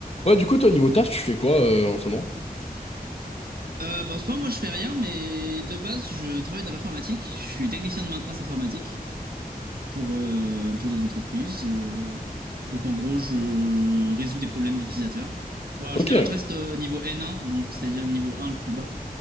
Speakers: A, on the left (about 40°); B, on the right (about 75°).
A: Ouais, du coup, toi, niveau taf, tu fais quoi euh, en ce moment?
B: Euh, bah, en ce moment, moi, je fais rien, mais de base, je travaille dans l'informatique. Je suis technicien de maintenance informatique pour, euh, pour des entreprises. Euh, donc, en gros, je résous des problèmes d'utilisateurs. Ouais, en
A: Ok.
B: général, je reste au niveau N1, donc c'est-à-dire niveau 1 le plus bas.